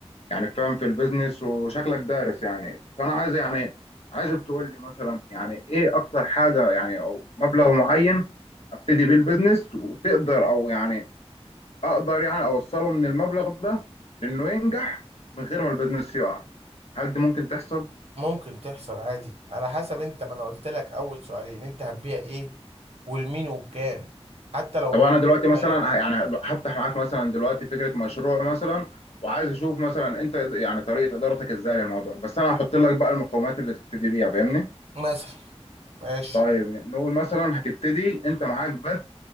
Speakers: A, on the left; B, on the right.
A: يعني فاهم في البيزنس وشكلك دارس يعني فانا عايز يعني عايزك تقول لي مثلا يعني ايه اكتر حاجه يعني او مبلغ معين ابتدي بيه البيزنس وتقدر او يعني اقدر يعني اوصله من المبلغ ده لانه ينجح من غير ما البيزنس يقع هل دي ممكن تحصل؟
B: ممكن تحصل عادي على حسب انت ما انا قلت لك اول سؤالين انت هتبيع ايه والمين وبكام حتى لو
A: طب
B: مبلغ
A: انا دلوقتي مثلا
B: صغير
A: ه- يعني هفتح معاك مثلا دلوقتي فكره مشروع مثلا وعايز اشوف مثلا انت يعني طريقه ادارتك ازاي للموضوع بس انا هحط لك بقى المقومات اللي تبتدي بيها فاهمني
B: مثلا ماشي
A: طيب نقول مثلا هتبتدي انت معاك بس